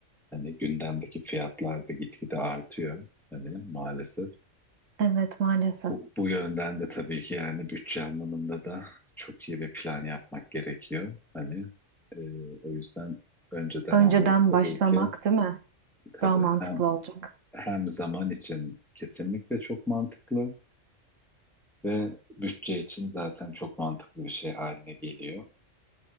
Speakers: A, in the centre; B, on the right.
A: hani gündemdeki fiyatlar da gitgide artıyor. Hani maalesef
B: Evet maalesef.
A: bu, bu yönden de tabii ki yani bütçe anlamında da çok iyi bir plan yapmak gerekiyor. Hani e, o yüzden önceden
B: Önceden
A: almak tabii
B: başlamak
A: ki
B: değil mi?
A: tabii
B: Daha mantıklı
A: hem
B: olacak.
A: hem zaman için kesinlikle çok mantıklı ve bütçe için zaten çok mantıklı bir şey haline geliyor.